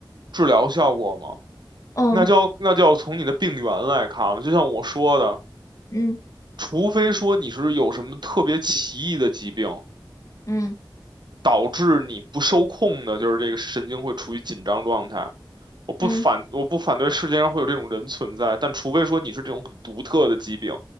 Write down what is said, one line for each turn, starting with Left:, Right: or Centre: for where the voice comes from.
Right: 治疗效果嘛，
Left: 嗯
Right: 那就要那就要从你的病源来看了。就像我说的，
Left: 嗯
Right: 除非说你是有什么特别奇异的疾病，
Left: 嗯
Right: 导致你不受控的，就是这个神经会处于紧张状态。我不反我不反对世界上会有这种人存在，
Left: 嗯
Right: 但除非说你是这种很独特的疾病，